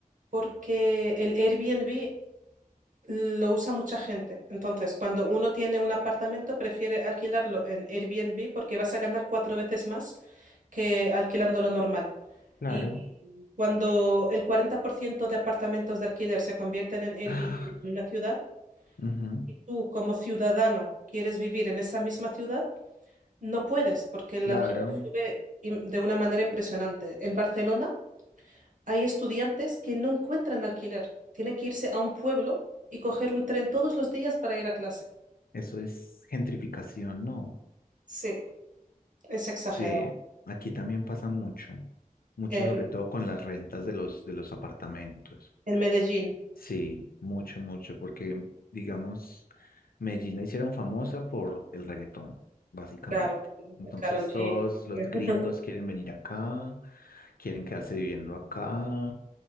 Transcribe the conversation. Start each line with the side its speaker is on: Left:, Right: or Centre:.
Right: porque el Airbnb lo usa mucha gente. Entonces, cuando uno tiene un apartamento, prefiere alquilarlo en Airbnb porque vas a ganar cuatro veces más que alquilando lo normal.
Left: Claro.
Right: Y cuando el 40% de apartamentos de alquiler se convierten en Airbnb
Left: <gasps> Ah,
Right: en una ciudad
Left: ujú,
Right: y tú como ciudadano quieres vivir en esa misma ciudad, No puedes, porque el
Left: claro.
Right: alquiler sube im- de una manera impresionante. En Barcelona hay estudiantes que no encuentran alquiler. Tienen que irse a un pueblo y coger un tren todos los días para ir a clase.
Left: Eso es gentrificación, ¿no?
Right: Sí, es exagerado.
Left: Sí, aquí también pasa mucho. Mucho
Right: En,
Left: sobre todo con las rentas de los, de los apartamentos.
Right: en Medellín,
Left: Sí, mucho, mucho, porque, digamos, Medellín la hicieron famosa por el reggaetón, básicamente.
Right: claro,
Left: Entonces
Right: Karol G.
Left: todos los
Right: <laughs>
Left: gringos quieren venir acá, quieren quedarse viviendo acá,